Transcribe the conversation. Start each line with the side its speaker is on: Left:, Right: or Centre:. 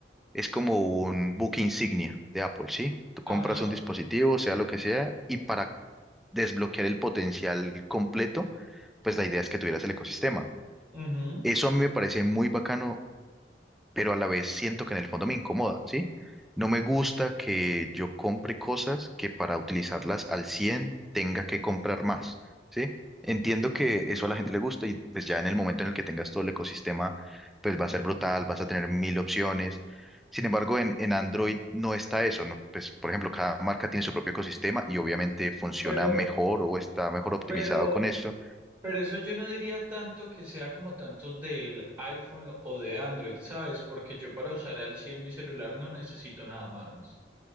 Centre: es como un book insignia de Apple, ¿sí? Tú compras
Right: ajá,
Centre: un dispositivo, sea lo que sea, y para desbloquear el potencial completo, pues la idea es que tuvieras el ecosistema.
Right: ujú.
Centre: Eso a mí me parece muy bacano, pero a la vez siento que en el fondo me incomoda, ¿sí? No me gusta que yo compre cosas que para utilizarlas al 100 tenga que comprar más, ¿sí? Entiendo que eso a la gente le gusta y pues ya en el momento en el que tengas todo el ecosistema, pues va a ser brutal, vas a tener mil opciones. Sin embargo, en, en Android no está eso, ¿no? Pues, por ejemplo, cada marca tiene su propio ecosistema y obviamente funciona
Right: Pero,
Centre: mejor o está mejor optimizado
Right: pero,
Centre: con eso.
Right: pero eso yo no diría tanto que sea como tanto del iPhone o de Android, ¿sabes? Porque yo para usar al 100 mi celular no necesito nada más.